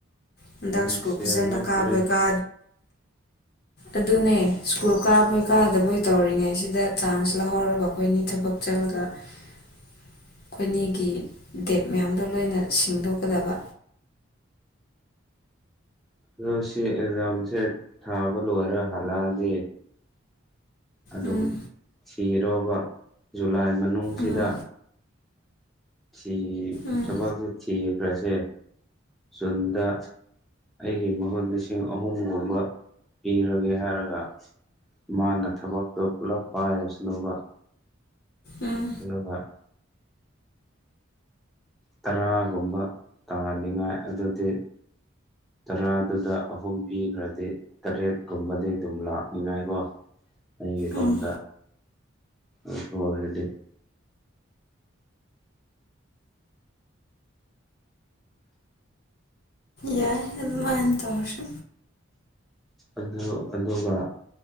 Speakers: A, on the left; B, in the centre.
A: ꯍꯟꯗꯛ
B: ꯅꯦꯛꯁ
A: ꯁꯀꯨ ꯐꯖꯅ
B: ꯏꯌꯥꯔ ꯅꯠꯇ꯭ꯔꯦ
A: ꯀꯥꯕꯩ ꯀꯥ ꯑꯗꯨꯅꯦ ꯁ꯭ꯀꯨꯜ ꯀꯥꯕꯣꯏ ꯀꯥꯗꯕꯣꯏ ꯇꯧꯔꯤꯉꯩꯁꯤꯗ ꯆꯥꯟꯁ ꯂꯧꯍꯧꯔꯒ ꯑꯩꯈꯣꯏꯅꯤ ꯊꯕꯛ ꯆꯠꯂꯒ ꯑꯩꯈꯣꯏꯅꯤꯒꯤ ꯗꯦꯞ ꯃꯌꯥꯝꯗꯣ ꯂꯣꯏꯅ ꯁꯤꯡꯗꯣꯛꯀꯗꯕ
B: ꯑꯗꯣ ꯁꯤ ꯑꯦꯛꯖꯥꯝꯁꯦ ꯊꯥꯕ ꯂꯣꯏꯔꯦ ꯍꯜꯂꯛꯑꯒꯗꯤ ꯑꯗꯨꯝ
A: ꯎꯝ
B: ꯁꯤꯔꯕ ꯖꯨꯂꯥꯏ ꯃꯅꯨꯡꯅꯨꯡꯁꯤꯗ
A: ꯎꯝ
B: ꯊ
A: ꯎꯝ
B: ꯆ ꯐ ꯊ ꯔ ꯁꯦ ꯨꯟꯗ ꯑꯩꯒꯤ ꯃꯍꯨꯠ ꯂꯤꯁꯤꯡ ꯑꯍꯨꯝꯒꯨꯝꯕ ꯄꯤꯔꯒꯦ ꯍꯥꯏꯔꯒ ꯃꯥꯅ ꯊꯕꯛꯇꯣ ꯄꯨꯂꯞ ꯄꯥꯏꯔꯁꯅꯨꯕ
A: ꯎꯝ
B: ꯑꯗꯨꯒ ꯇꯔꯥꯒꯨꯝꯕ ꯇꯥꯅꯤꯡꯉꯥꯏ ꯑꯗꯨꯗꯤ ꯇꯔꯥꯗꯨꯗ ꯑꯍꯨꯝ ꯄꯤꯈ꯭ꯔꯗꯤ ꯇꯔꯦꯠꯀꯨꯝꯕꯗꯤ ꯑꯗꯨꯝ ꯂꯥꯛꯅꯤꯉꯥꯏꯀꯣ ꯑꯩꯒꯤꯔꯣꯝꯗ
A: ꯎꯝ
B: ꯑꯗꯨ ꯑꯣꯏꯔꯗꯤ
A: ꯌꯥꯏ ꯑꯗꯨꯗꯃꯥꯏ ꯍꯟꯇꯧꯕ ꯁ
B: ꯑꯗꯨ ꯑꯗꯨꯒ